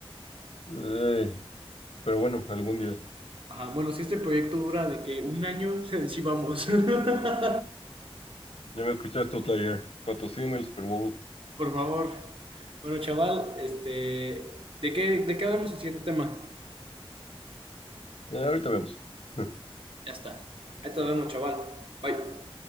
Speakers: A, on the left; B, on the right.
A: Ey, pero bueno, algún día.
B: Ajá, bueno, si este proyecto dura de que un año, <laughs> sí vamos. <laughs>
A: Ya me escuchaste, player. Patrocíname el Super Bowl.
B: Por favor. Bueno, chaval, este, ¿de qué, de qué hablamos el siguiente tema?
A: Eh, ahorita vemos. <laughs>
B: Ya está. Ahí te vemos, chaval. Bye.